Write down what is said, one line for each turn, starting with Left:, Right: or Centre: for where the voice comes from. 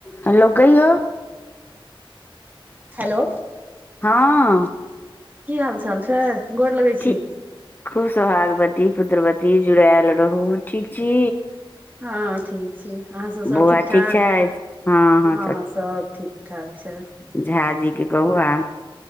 Left: हेलो कहियौ
Right: हेलो
Left: हँ
Right: की हाल चाल छै गोर लगै छी
Left: ठी खूब सोहागवती पुत्रवती जुड़ायल रहू ठीक छी
Right: हँ ठीक छै अहाँ सभ सब
Left: बौआ
Right: ठीक ठाक
Left: छथि हँ हँ
Right: हँं सब ठीक ठाक छैथ
Left: झा जीे के कहू आ